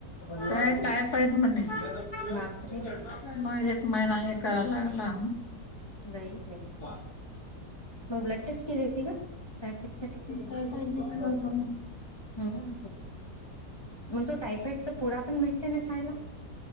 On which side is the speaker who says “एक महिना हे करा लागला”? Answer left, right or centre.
Left